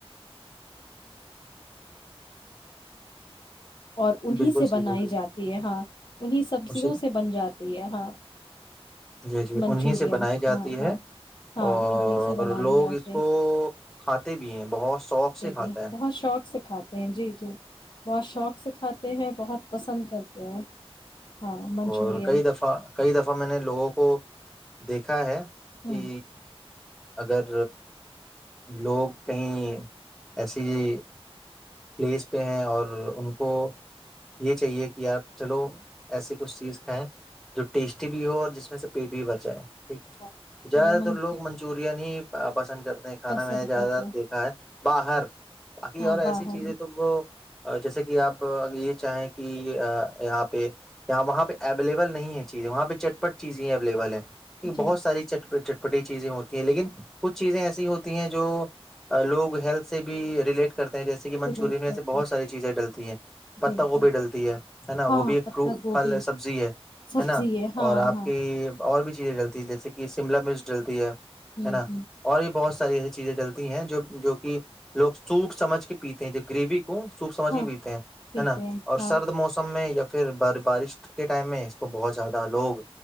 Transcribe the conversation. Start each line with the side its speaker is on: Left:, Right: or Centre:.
Left: اور
Centre: ہے
Left: انہیں
Centre: بالکل
Left: سے
Centre: صحیح
Left: بنائی
Centre: بالکل
Left: جاتی ہے ہاں انہیں سبزیوں
Centre: اسے
Left: سے بن جاتی ہے ہاں
Centre: جی جی
Left: منچورین
Centre: انیں سے بنائی جاتی
Left: ہاں ہاں
Centre: ہے
Left: ہاں
Centre: اور
Left: انہیں سے بنائی
Centre: لوگ
Left: جاتے
Centre: اس کو کھاتے بھی ہیں بہت شوق سے کھاتے
Left: بھی
Centre: ہیں
Left: بہت شوق سے کھاتے جی جی بہت شوق سے کھاتے ہیں بہت پسند کرتے ہیں ہاں منچورین
Centre: اور کئی دفعہ کئی دفعہ میں نے لوگوں کو دیکھا ہے
Left: ہاں
Centre: کہ اگر لوگ کہیں ایسی ہی پلیس پہ ہیں اور ان کو یہ چاہیے کہ یار چلو ایسی کچھ چیز کھائیں جو ٹیسٹی بھی ہو اور جس میں سے پیٹ بھی بھر جائے ٹھیک ہے
Left: ہاں،
Centre: زیادہ
Left: تو وہ
Centre: تر
Left: من
Centre: لوگ منچورن ہی پسند کر نے کانا
Left: پسند
Centre: میں نے زیادہ
Left: کرتے
Centre: تر
Left: ہیں
Centre: دیکھا ہے باہر باقی
Left: ہاں
Centre: اور ایسی
Left: باہر
Centre: چیزیں تو وہ جیسے کہ آپ ا یہ چاہیں کہ یہاں پہ وہاں پہ اویلیبل نہیں ہے چیزیں وہاں پہ چٹپٹ چیزیں اویلیبل ہے
Left: جی
Centre: بہت ساری چٹپ بٹی چیزیں ہوتی ہیں لیکن کچھ چیزیں ایسی ہوتی ہیں جو لوگ ہیلتھ سے بھی ریلیٹ کرتے ہیں جیس منچور
Left: ریلیٹ
Centre: میں
Left: کرتے
Centre: بہت
Left: ہیں
Centre: ساری چیزیں ڈلتی ہیں پتا
Left: جی
Centre: گوبھی
Left: جی
Centre: ڈلتی ہے نا
Left: ہاں
Centre: وہ بھی ایک
Left: پتہ
Centre: ف
Left: گوبھی
Centre: پھل سبزی ہے
Left: سبزی
Centre: نا
Left: ہے ہاں
Centre: اور آپ
Left: ہاں
Centre: کی اور بھی چیزیں ڈلتی ہیں جیسے کہ شملا مرچ ڈلتی ہے
Left: ہوں
Centre: ہے نا
Left: ہوں
Centre: اور بھی بہت ایسی چیزیں ڈلتی ہیں جو جو کہ لوگ سوچ سمجھ کے پیتے ہیں جو گریو سوپ سمجھ
Left: ہاں
Centre: کے پیتے ہیں
Left: پیتے
Centre: ہے نا
Left: ہیں
Centre: اور
Left: ہاں
Centre: سرد موسم میں پھر ب بارش کے ٹائم میں اس کو بہت زیادہ لوگ